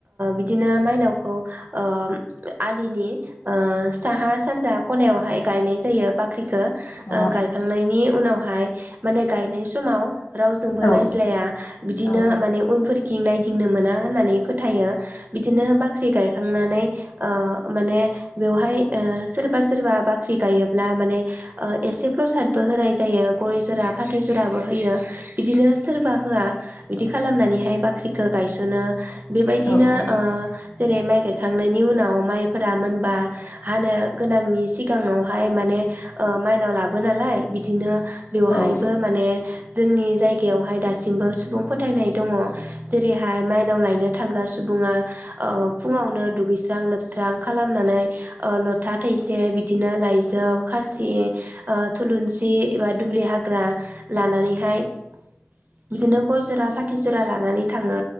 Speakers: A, on the right; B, on the left.
A: बिदिनो माइनावखौ ओ आलिनि साहा सानजा खनायावहाय गायनाय जायो बाख्रिखौ
B: औ
A: गायखांनायनि उनावहाय माने गायनाय समाव रावजोंबो
B: औ
A: रायज्लाया बिदिनो
B: औ
A: माने उनफोरखि गिदिं नायदिंनो मोना होननानै फोथायो बिदिनो बाख्रि गायो नानै ओ ओ माने ओ बेवहाय सोरबा सोरबा बाख्रि गायोब्ला माने एसे प्रसादबो होनाय जायो गय जरा फाथै जराबो होयो बिदिनो सोरबा होआ बिदि खालामनानैहाय बाख्रिखौ गायसनो बेबायदिनो
B: औ
A: ओ जेरै माइ गायखांनायनि उनाव माइफोरा मोनबा हानो गोनांनि सिगाङावहाय माने ओ माइनाव लाबो नालाय बिदिनो बेवहायबो
B: औ
A: माने जोंनि जायगायावहाय दासिम बो सुबुं फोथायनाय दङ जेरैहाय माइनाव लायनो थांग्रा सुबुङा ओ फुङावनो दुगैस्रां लोबस्रां खालामनानै ओ लथा थासे बिदिनो लाइजौ खासि ओ थुलुंसि एबा दुब्रि हाग्रा लानानैहाय बिदिनो गय जरा फाथि जरा लानानै थाङो